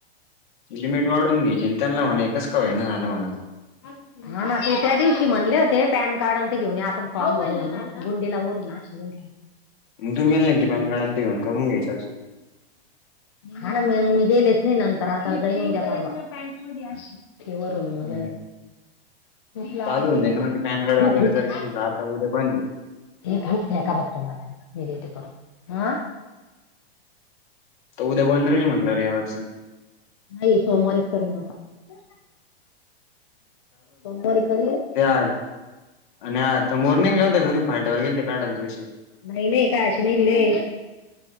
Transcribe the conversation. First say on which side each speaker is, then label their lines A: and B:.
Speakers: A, on the left; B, on the left.
A: लिमिट वाढून घ्यायची. आणि त्यांना म्हणा कसं काय होईना झालं म्हणावं.
B: <unintelligible> ह ना, ते त्या दिवशी म्हणले होते. पॅन कार्ड आणि ते घेऊन या, आपण फॉर्म भरू म्हणून गुंडीला वरुन‌ आण. <unintelligible>
A: मग तुम्ही गेले नाही ते पॅन कार्ड आणि घेऊन करून घ्यायचस.
B: हां ना मी, गेलेच नाही नंतर, आता जाईन उद्या परवा. ते वरून बगावेत.
A: हम्म
B: हुक लावायच
A: चालू होऊन
B: तिकडं
A: जाईल ना मग ते पॅन कार्ड वगैरे
B: हुकहूक.
A: जर केलं तर आता उद्या बंद आहे
B: ते खूप <unintelligible> मी देतेे करून
A: तो उद्या बोलनार काय रे म्हटलं रविवारच.
B: नाहीय सोमवारीच करणार आता, सोमवारी करीण,
A: <unintelligible> फाट्या वर गेल ते काढाल पैसे
B: नाही नाही काय आशी निघले.